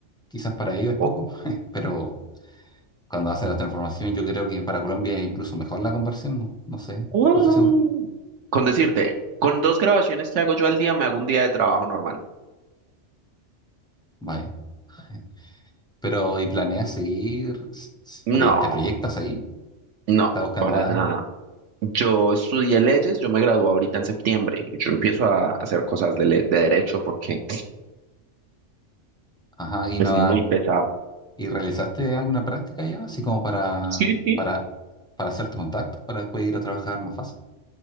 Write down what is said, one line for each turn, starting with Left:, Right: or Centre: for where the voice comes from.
Centre: Quizás para ellos es
Right: O-
Centre: poco, <laughs> pero cuando hacen la transformación yo creo que para Colombia es incluso mejor la conversión, no, no sé,
Right: Mm.
Centre: no estoy seguro.
Right: Con decirte, con dos grabaciones que hago yo al día, me hago un día de trabajo normal.
Centre: Vaya. eh. Pero, ¿y planeas seguir? S- s-
Right: No,
Centre: proye- ¿Te proyectas ahí?
Right: no,
Centre: ¿Estás buscando
Right: para
Centre: algo?
Right: nada. Yo estudié leyes, yo me gradué ahorita en septiembre y yo empiezo a hacer cosas de, le- de derecho porque
Centre: Ajá, y
Right: es
Centre: no
Right: muy pesado.
Centre: ¿Y realizaste alguna práctica ya? Así como para,
Right: Sí, sí.
Centre: para, para hacerte contacto, para después ir a trabajar más fácil.